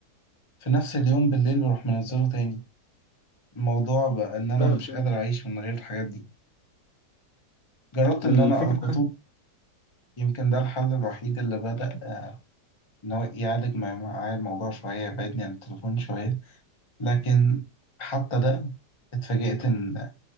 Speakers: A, on the left; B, on the left.
A: في نفس اليوم بالليل بروح منزله تاني الموضوع بقى ان انا
B: فاهمك.
A: مش قادر اعيش من غير الحاجات دي جربت
B: الفكرة
A: ان انا اقرا كتب
B: بقى
A: يمكن ده الحل الوحيد اللي بدأ آه، إن هو يعالج مع- معايا الموضوع شوية يبعدني عن التليفون شوية لكن حتى ده اتفاجئت إن